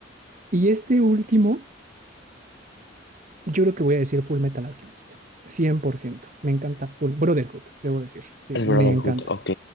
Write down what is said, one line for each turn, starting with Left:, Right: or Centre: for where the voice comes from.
Right: Y este último, yo creo que voy a decir Full Metal Alchemist, 100%. Me encanta Full Brotherhood, debo decir. Sí,
Left: El
Right: me
Left: Brotherhood,
Right: encanta.
Left: ok.